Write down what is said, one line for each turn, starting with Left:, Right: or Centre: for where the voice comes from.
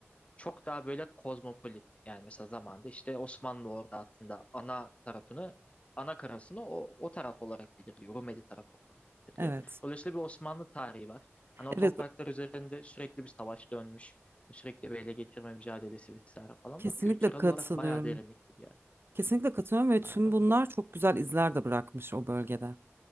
Left: çok daha böyle kozmopolit. Yani mesela zamanda işte Osmanlı orada aslında ana tarafını, ana karasını o, o taraf olarak belirliyor. Rumeli tarafı olarak belirliyor.
Right: evet.
Left: Dolayısıyla bir Osmanlı tarihi var. Hani o topraklar
Right: Evet,
Left: üzerinde sürekli bir savaş dönmüş. hani Sürekli bir ele geçirme mücadelesi vesaire falan
Right: kesinlikle
Left: var. Kültürel
Right: katılıyorum.
Left: olarak bayağı derinlikli bir yer.
Right: Kesinlikle katılıyorum ve tüm
Left: Pardon.
Right: bunlar çok güzel izler de bırakmış o bölgede.